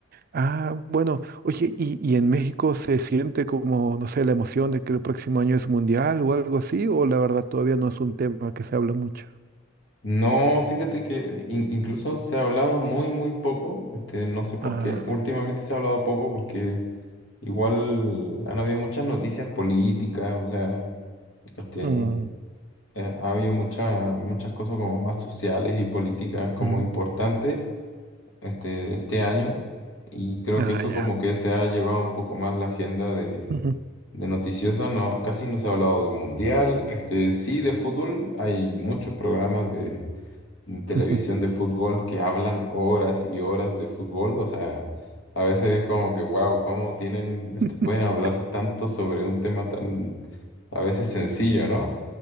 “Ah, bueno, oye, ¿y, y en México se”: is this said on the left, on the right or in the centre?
Right